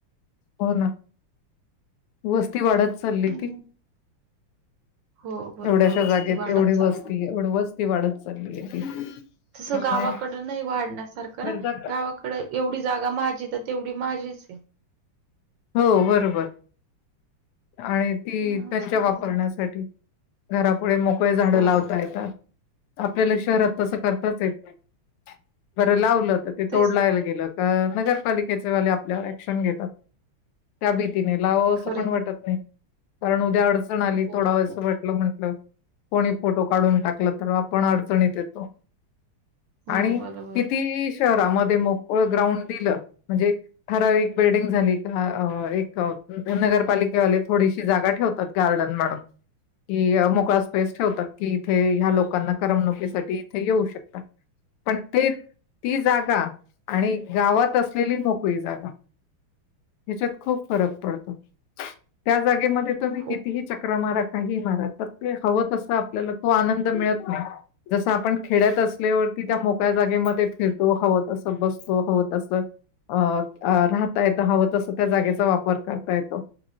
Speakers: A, on the left; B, on the right.
A: हो ना, वस्ती वाढत चालली
B: हम्म.
A: ती.
B: हो बरोबर
A: एवढ्याशा
B: वस्ती
A: जागेत
B: वाढत
A: एवढी,
B: चालली.
A: वस्ती एवढ, वस्ती वाढत चालली आहे ती त्यामुळे
B: तसं गावाकड नाही वाढण्यासारखं ना,
A: गरजा
B: गावाकड एवढी जागा माझीे तेवढी माझीच आहे.
A: हो बरोबर आणि ती
B: हा
A: त्यांच्या
B: असं झालं.
A: वापरण्यासाठी घरापुढे मोकळे झाडं
B: हो
A: लावता येतात. आपल्याला शहरात तसं करताच येत, नाही बरं लावलं. ते तोडलायला
B: तेच
A: गेलंत नगरपालिकेच, वाले आपल अँक्शण घेतात. त्या तिने लाव असं
B: खरंय
A: पण वाटत नाही. कारण उद्या अडचण आली
B: बरोबर.
A: थोड व असं वाटलं म्हंटलं कोणी फोटो काढून टाकलं तर आपण अडचणीत येतो.
B: हो
A: आणि
B: बरोबर
A: किती स्व त्या मधे मग ओ ग्राउंड दिलं म्हणजे ठराविक बिल्डंग झाली. हाआ एक नगरपालिकेवाले थोडीशी जागा ठेवतात. गार्डन म्हणून कि मोकळा स्पेस ठेवतात. कि इथे ह्या लोकांना करमणुकीसाठी इथे येऊ शकतात. पण ते ती जागा आणि गावात असलेली मोकळी जागा ह्याच्यात खूप फरक पडतो त्या जागे म तुम्ही
B: खूप
A: कितीही चक्रा मारा काही मारा <unintelligible> प्रत ते हवं तसं आपल्याला तो आनंद मिळत नाही. जस आपण खेड्यात असल्यावरती त्या मोक्याळ्या जागे मध्ये फिरतो हव, तस बसतो हव, हत तसं अ राहताय हवं तस त्या जागेचा वापर करता येतो.